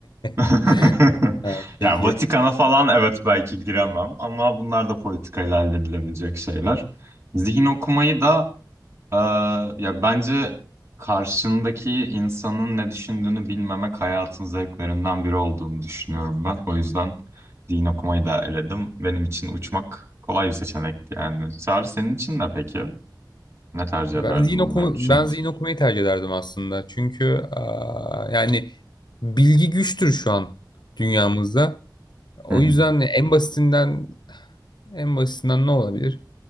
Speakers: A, on the right (about 35°); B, on the left (about 70°).
A: <laughs>
B: <laughs> Ha, Peki.
A: Yani Vatikan'a falan evet belki giremem ama bunlar da politikayla halledilebilecek şeyler. Zihin okumayı da Ee, ya bence karşındaki insanın ne düşündüğünü bilmemek hayatın zevklerinden biri olduğunu düşünüyorum ben. O yüzden din okumayı da eledim. Benim için uçmak kolay bir seçenekti yani. Çağrı senin için ne peki? Ne tercih
B: Ya
A: ederdin
B: Ben zihin
A: onların
B: okuma,
A: düşüncesi?
B: ben zihin okumayı tercih ederdim aslında. Çünkü aa, yani bilgi güçtür şu an dünyamızda. O
A: Hı hı.
B: yüzden en basitinden en basitinden ne olabilir?